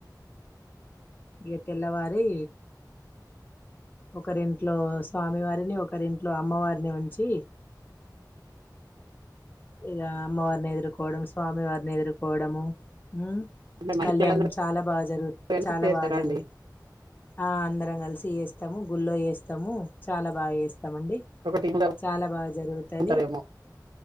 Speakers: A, on the left; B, on the right.
A: ఇ తెల్లవారి, ఒకరింట్లో స్వామివారిని, ఒకరింట్లో అమ్మవారిని ఉంచి. ఇక అమ్మవారిని ఎదుర్కోవడం, స్వామి వారిని ఎదుర్కోవడము హ్మ్!
B: అంటే మహిళలందరూ
A: కళ్యాణం చాలా బాగా జరుగు
B: కలిసి
A: చాలా
B: చేస్తారా
A: బాగా జరుగుతు
B: అండి
A: ఆ అందరం కలిసి చేేస్తాము గుళ్ల్లో వేస్తాము చాలా బాగా వేస్తాము. వస్తామండి.
B: ఒక టీమ్ గా
A: చాలా బాగా జరుగుతుంది.
B: ఉంటారేమో